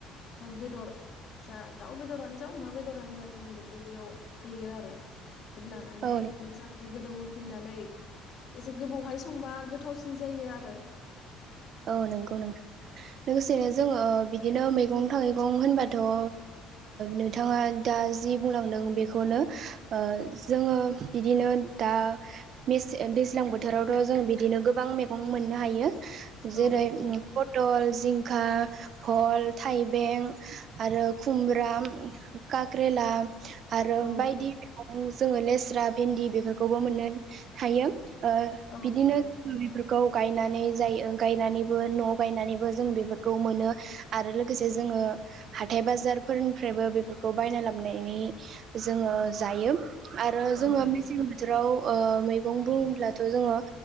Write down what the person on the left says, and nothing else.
बेदर जा दाउ बेदरानो जा अमा बेदरानो जा जों बेखौ बेयाव होयो आरो। होद्लानानै
मोजाङै गोदौ फिननानै एसे गोबावहाय संबा गोथावसिन जायो आरो।
औ नंगौ नोंथां
औ नंगौ
औ
नंगौ
औ नंगौ